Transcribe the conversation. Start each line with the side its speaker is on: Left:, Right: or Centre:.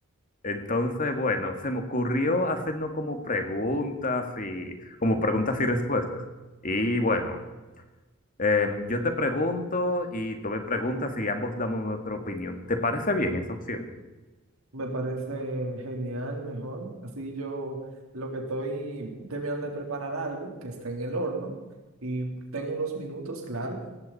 Left: Entonces, bueno, se me ocurrió hacernos como preguntas y como preguntas y respuestas. Y bueno. Em, yo te pregunto y tú me preguntas y ambos damos nuestra opinión. ¿Te parece bien esa opción?
Right: Me parece genial, mejor. Así yo lo que estoy terminando de preparar algo que está en el horno y tengo unos minutos, claro.